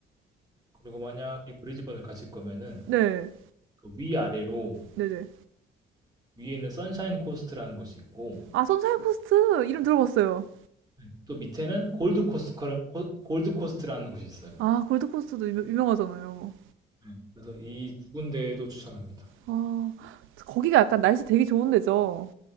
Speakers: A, on the right; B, on the right.
A: 그리고 만약에 브리즈번을 가실 거면은
B: 네,
A: 그 위아래로
B: 네네.
A: 위에는 선샤인 코스트라는 곳이 있고
B: 아, 선샤인 코스트 이름 들어봤어요.
A: 음, 또 밑에는 골드 코스트 골드 코스트라는 곳이 있어요.
B: 아, 골드 코스트도 유- 유명하잖아요.
A: 음, 그래서 이 두 군데도 추천합니다.
B: 아, 거기가 약간 날씨 되게 좋은 데죠.